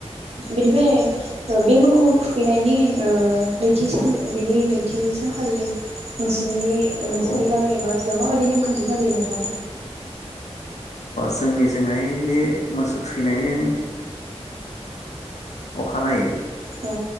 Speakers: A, on the right; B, on the left.
A: बेनिफ्राय बे मोखौ थुखैनायनि ओ नैथि सान बेनि नैथि सानखालि नों नोंनि नोंसिनि
B: औ
A: गामि एबा ओनसोलाव माबायदि नेमखान्थि फालियो नोंथां
B: जोंनिजोंहाय बे मोसौ थुखैनायनि ओ अखानायै
A: औ